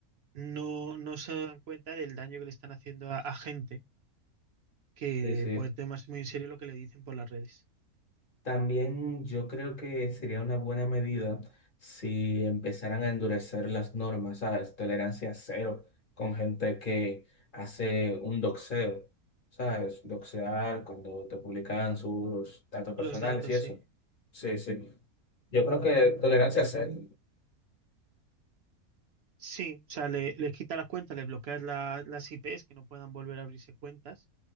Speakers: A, on the right (about 65°); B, on the left (about 40°).
A: no, no se dan cuenta del daño que le están haciendo a, a gente. que
B: sí, sí.
A: puede tomarse muy en serio lo que le dicen por las redes.
B: También yo creo que sería una buena medida si empezaran a endurecer las normas, ¿sabes? Tolerancia cero con gente que hace un doxeo, ¿sabes? Doxear cuando te publican sus datos personales
A: Los datos,
B: y eso.
A: sí.
B: Sí, sí. Yo creo que tolerancia cero.
A: Sí, o sea, le, les quita las cuentas, les bloqueas la- las IPs que no puedan volver a abrirse cuentas